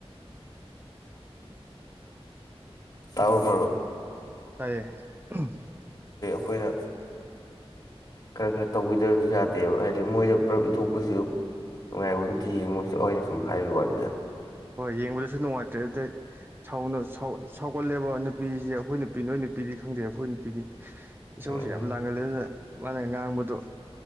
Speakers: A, on the left; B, on the right.
A: ꯇꯥꯎ ꯃꯔꯨ
B: ꯇꯥꯏꯌꯦ ꯑꯍꯝ
A: ꯈꯣꯏꯅ ꯈꯔ ꯈꯔ ꯇꯧꯕꯤꯗꯕꯁꯨ ꯌꯥꯗꯦꯕ ꯍꯥꯏꯗꯤ ꯃꯣꯏꯗ ꯄꯨꯂꯞ ꯏꯟꯊꯣꯛꯄꯁꯤꯁꯨ ꯅꯨꯡꯉꯥꯏꯕꯠꯇꯦ ꯌꯦꯡꯉꯣ ꯆꯠꯂꯣꯏꯅ ꯁꯨꯝ ꯍꯥꯏꯕ ꯋꯅꯤꯗ
B: ꯍꯣꯏ ꯌꯦꯡꯕꯗꯁꯨ ꯅꯨꯡꯉꯥꯏꯇ꯭ꯔꯦ ꯑꯗꯩꯥꯎ ꯁꯥꯎꯒꯠꯂꯦꯕ ꯅꯨꯄꯤꯁꯦ ꯑꯩꯈꯣꯏ ꯅꯨꯄꯤ ꯅꯣꯏ ꯅꯨꯄꯤꯗꯤ ꯈꯪꯗꯦ ꯑꯩꯈꯣꯏ ꯅꯨꯄꯤꯗꯤ ꯏꯁꯧꯁꯤ
A: ꯎꯝ
B: ꯌꯥꯝ ꯂꯥꯡꯒꯜꯂꯦ ꯑꯗꯨꯅ ꯃꯥꯅ ꯉꯥꯡꯕꯗꯨꯣ